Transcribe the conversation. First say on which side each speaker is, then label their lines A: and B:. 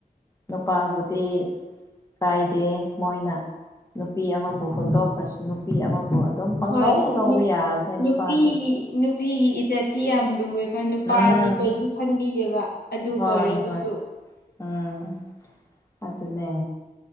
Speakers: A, on the left (about 20°); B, on the left (about 80°).
A: ꯅꯨꯄꯥꯕꯨꯗꯤ ꯀꯥꯏꯗꯦ ꯃꯣꯏꯅ ꯅꯨꯄꯤ ꯑꯃꯕꯨ ꯍꯨꯟꯗꯣꯛꯈ꯭ꯔꯁꯨ ꯅꯨꯄꯤ ꯑꯃꯕꯨ ꯑꯗꯨꯝ ꯄꯪꯂꯧ
B: ꯍꯣꯏ
A: ꯂꯧꯕ ꯌꯥꯕꯅꯦ ꯅꯨꯄꯥꯗꯤ
B: ꯅꯨꯄꯤꯒꯤ ꯅꯨꯄꯤꯒꯤ ꯏꯖꯠꯇꯤ ꯌꯥꯝ ꯂꯨꯑꯦꯕ ꯅꯨꯄꯥꯗꯤ
A: ꯎꯝ
B: ꯀꯩꯁꯨ ꯈꯟꯕꯤꯗꯦꯕ ꯑꯗꯨ
A: ꯍꯣꯏ
B: ꯑꯣꯏꯔꯒꯁꯨ
A: ꯍꯣꯏ ꯎꯝ ꯑꯗꯨꯅꯦ